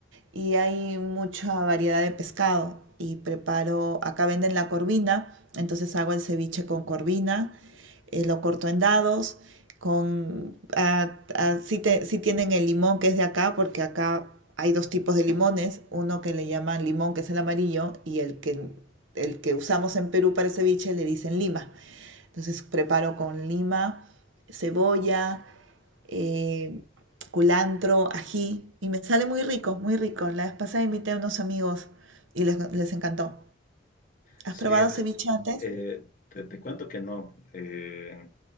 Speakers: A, on the right; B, on the left.
A: y hay mucha variedad de pescado. Y preparo, acá venden la corvina, entonces hago el ceviche con corvina eh, lo corto en dados, con, ah, ah, sí, te- sí tienen el limón que es de acá, porque acá hay dos tipos de limones, uno que le llaman limón, que es el amarillo, y el que, el que usamos en Perú para el ceviche le dicen lima. Entonces preparo con lima, cebolla, eh, culantro, ají, y me sale muy rico, muy rico. La vez pasada invité a unos amigos y les, les encantó. ¿Has
B: Sí,
A: probado
B: de-
A: ceviche antes?
B: eh, te, te cuento que no, eh,